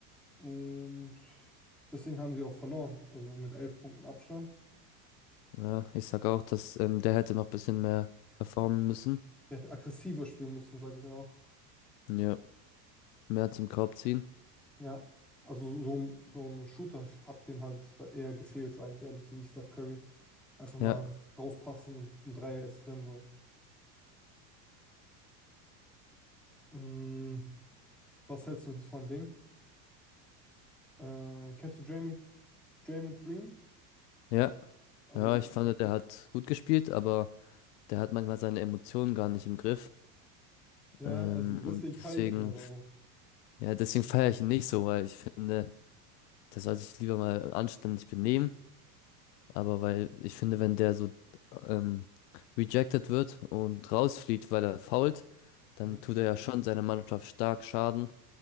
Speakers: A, in the centre; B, on the left (about 70°).
A: und deswegen haben sie auch verloren. Also mit elf Punkten Abstand.
B: Ja, ich sag auch, dass ähm, der hätte noch ein bisschen mehr performen müssen.
A: Er hätte aggressiver spielen müssen, sage ich auch.
B: Ja, mehr zum Korb ziehen.
A: Ja. Also so, so ein- so ein Shooter hat den halt eher gefehlt, sage ich ehrlich, so wie Steph Curry. Einfach mal
B: Ja,
A: rauspassen und ein Dreier ist drin, so. Mm, was hältst du von Ding? Äh, kennst du Draymond, Draymond Green?
B: ja.
A: Also
B: Ja,
A: ich,
B: ich fand, der hat gut gespielt, aber der hat manchmal seine Emotionen gar nicht im Griff.
A: ja,
B: Ähm,
A: also deswegen
B: und
A: feiere
B: deswegen,
A: ich ihn aber auch.
B: ja, deswegen feiere ich ihn nicht so, weil ich finde, der soll sich lieber mal anständig benehmen. Aber weil ich finde, wenn der so ähm, rejected wird und rausfliegt, weil er foult, dann
A: Ne?
B: tut er ja schon seiner Mannschaft stark Schaden.